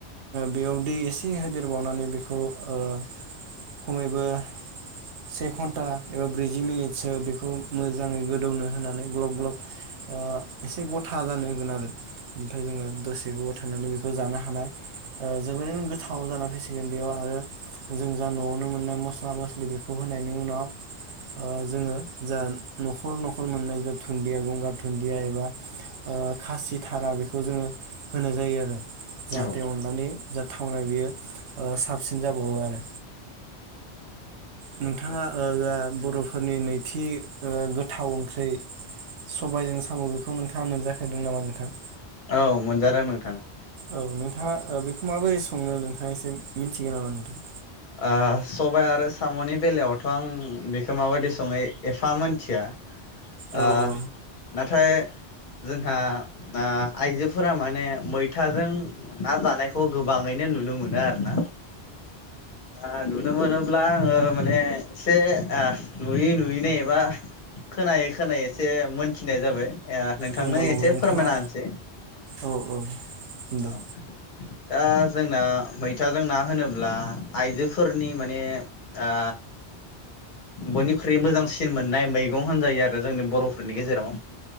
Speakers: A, on the right (about 80°); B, on the left (about 50°).
A: बेयाव दै एसे होदेरबावनानै बेखौ ओ खमैबो से घन्टा एबा ब्रैजि मिनिटसो बेखौ मोजाङै गोदौनो होनानै ग्लब ग्लब ओ एसे गथा जानो होगोन आरो ओमफ्राय जोङो दसे गोबाव थानानै जानो हानाय ओ जोबोरैनो गोथाव जाना फैसिगोन बेयाव आरो जों जा न'आवनो मोननाय मस्ला मस्लि बेखौ होनायनि उनाव ओ जोङो जा न'खर न'खर मोननाय जा दुन्दिया, गंगार दुन्दिया एबा खासि थारा बेखौ जोङो होनाय जायो आरो जाहाथे
B: औ
A: अनलानि जा थावनाय बेयो साबसिन जाबावो आरो। नोंथाङा ओ जा बर'फोर नि नैथि गोथाव ओंख्रि सबायजों साम' बेखौ नोंथाङा मोनजाफेरदों नामा नोंथां?
B: औ मोनजादों नोंथां।
A: औ नोंथाङा बेखौ माबोरै सङो एसे मिन्थिगोन नामा नोंथां।
B: ओ सबाय आरो साम'नि बेलायावथ' आं बेखौ माबायदि सङो एफा मोनथिया।
A: औ
B: ओ
A: औ
B: नाथाय जोंहा ओ आइजोफोरा माने मैथाजों ना जानायखौ गोबाङैनो नुनो मोनो आरो। ना। आ नुनो मोनोब्ला आङो माने एसे आ नुयै नुयैनो एबा खोनायै खोनायै एसे मोनथिनाय जाबाय। ए नोंथांनो
A: नंगौ नंगौ
B: एसे
A: नोंथाङा
B: फोरमायना होनोसै।
A: औ औ दे
B: औ। दा जोंना मैथाजोंना होनोब्ला आइजोफोरनि माने आ बयनिख्रुइ मोजांसिन मोननाय मैगं होनजायो आरो जोंनि बर'फोरनि गेजेराव।